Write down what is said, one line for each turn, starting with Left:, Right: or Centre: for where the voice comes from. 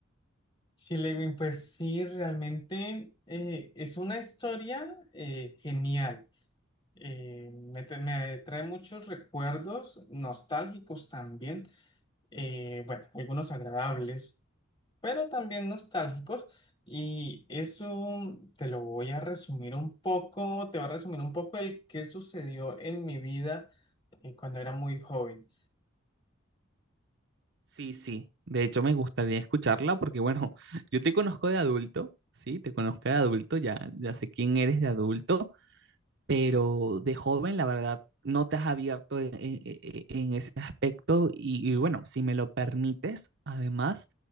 Left: Sí, Lewin, pues sí, realmente eh, es una historia eh, genial. Eh, me, tra- me trae muchos recuerdos nostálgicos también, eh, bueno, algunos agradables, pero también nostálgicos. Y eso te lo voy a resumir un poco, te va a resumir un poco el que sucedió en mi vida eh, cuando era muy joven.
Right: Sí, sí. De hecho, me gustaría escucharla porque, bueno, <laughs> yo te conozco de adulto, ¿sí? Te conozco de adulto, ya, ya sé quién eres de adulto, pero de joven, la verdad, no te has abierto en, en- en- en ese aspecto y, y, bueno, si me lo permites, además,